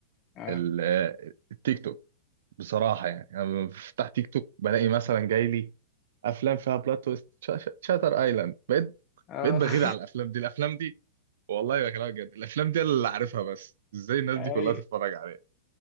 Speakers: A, on the left (about 30°); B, on the right (about 70°).
A: اه
B: ال- آه، التيك توك بصراحة يعني انا بفتح تيك توك بلاقي مثلا جاي لي افلام فيها بلوت تويست شاتر ايلاند بقيت
A: اه
B: بقيت بغير
A: <laughs>
B: على الافلام دي الافلام دي والله بكلمك جد الافلام دي أنا اللي عارفها بس ازاي الناس دي
A: اي
B: كلها تتفرج عليها